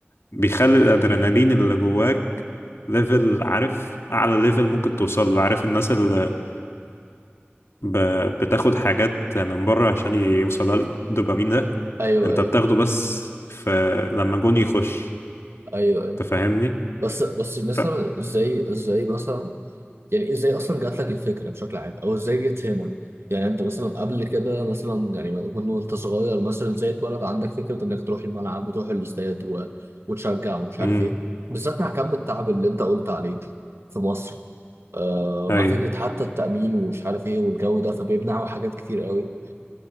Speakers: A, on the left; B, on the right.
A: بيخلي الادرينالين اللي جواك ليفل عارف اعلى ليفل ممكن توصل له عارف الناس اللي ب... بتاخد حاجات من بره عشان يوصلها الدوبامين ده
B: ايوه
A: انت
B: ايوه
A: بتاخده بس ف... لما جون يخش
B: ايوه ايوه
A: تفهمني
B: بس بس مثلا
A: ف
B: ازاي ازاي مثلا يعني ازاي اصلا جات لك الفكره بشكل عام او ازاي جت هنا يعني انت مثلا قبل كده مثلا يعني وإن- وانت صغير مثلا ازاي اتولد عندك فكره انك تروح الملعب وتروح الاستاد و... وتشجع ومش عارف
A: امم
B: ايه بالذات مع كم التعب اللي انت قلت عليه في مصر آه
A: اي
B: مع فكره حتى التامين ومش عارف ايه والجو ده فبيمنعوا حاجات كتير قوي